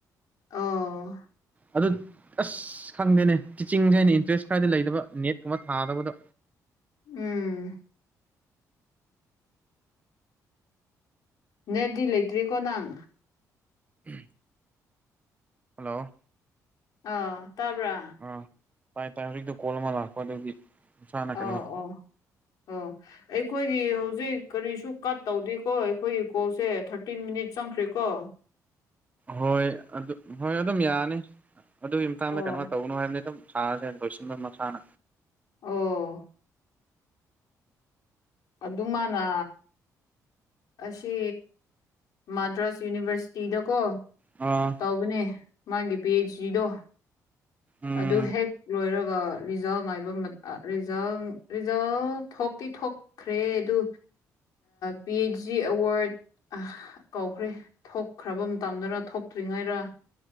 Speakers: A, on the left (about 75°); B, on the right (about 25°).
A: ꯑꯣ
B: ꯑꯗꯨꯗ ꯑꯁ ꯑꯁ ꯈꯪꯗꯦꯅꯦ ꯇꯤꯆꯤꯡꯁꯦ ꯑꯩꯅ ꯏꯟꯇꯔꯦꯁ ꯀꯔꯗꯤ ꯂꯩꯗꯕ ꯅꯦꯠꯀꯨꯝꯕ ꯊꯥꯗꯕꯗꯣ
A: ꯎꯝ ꯅꯦꯠꯗꯤ ꯂꯩꯇ꯭ꯔꯤꯀꯣ ꯅꯪ
B: ꯎꯝ ꯍꯜꯂꯣ
A: ꯑꯥ ꯇꯥꯕ꯭ꯔꯥ
B: ꯑꯥ ꯇꯥꯏ ꯇꯥꯏ ꯍꯧꯖꯤꯛꯇ ꯀꯣꯜ ꯑꯃ ꯂꯥꯛꯄ ꯑꯗꯨꯒꯤ ꯃꯁꯥꯅ
A: ꯑꯣ
B: ꯀꯩꯅꯣ
A: ꯑꯣ ꯑꯣ ꯑꯩꯈꯣꯏꯒꯤ ꯍꯧꯖꯤꯛ ꯀꯔꯤꯁꯨ ꯀꯠ ꯇꯧꯗꯦꯀꯣ ꯑꯩꯈꯣꯏꯒꯤ ꯀꯣꯜꯁꯦ ꯊꯥꯔꯇꯤꯟ ꯃꯤꯅꯤꯠ ꯆꯪꯈ꯭ꯔꯦꯀꯣ
B: ꯍꯣꯏ ꯑꯗꯨ ꯍꯣꯏ ꯑꯗꯨꯝ ꯌꯥꯅꯤ ꯑꯗꯨꯒꯤ ꯃꯇꯥꯡꯗ
A: ꯑꯣ
B: ꯀꯩꯅꯣ ꯇꯧꯕꯒꯅꯨ ꯍꯥꯏꯕꯅꯤ ꯁꯥꯖꯦ ꯂꯣꯏꯁꯟꯕꯥ ꯃꯇꯥꯡ
A: ꯑꯣ ꯑꯗꯨꯝꯃꯥꯅ ꯑꯁꯤ ꯃꯥꯗ꯭ꯔꯥꯁ ꯌꯨꯅꯤꯚꯔꯁꯤꯇꯤꯗꯀꯣ
B: ꯑꯥ
A: ꯇꯧꯕꯅꯦ ꯃꯥꯒꯤ ꯄꯤ ꯑꯩꯆ ꯗꯤꯗꯣ
B: ꯎꯝ
A: ꯑꯗꯨ ꯍꯦꯛ ꯂꯣꯏꯔꯒ ꯔꯤꯖꯥ ꯉꯥꯏꯕ ꯔꯤꯖꯥ ꯔꯤꯖꯥꯜ ꯊꯣꯛꯇꯤ ꯊꯣꯛꯈ꯭ꯔꯦ ꯑꯗꯨ ꯄꯤ ꯑꯩꯆ ꯗꯤ ꯑꯦꯋꯥꯔꯗ ꯑꯥ ꯀꯧꯈ꯭ꯔꯦ ꯊꯣꯛꯈ꯭ꯔꯕ ꯃꯇꯝꯗꯅ ꯊꯣꯛꯇ꯭ꯔꯤꯉꯩꯔꯥ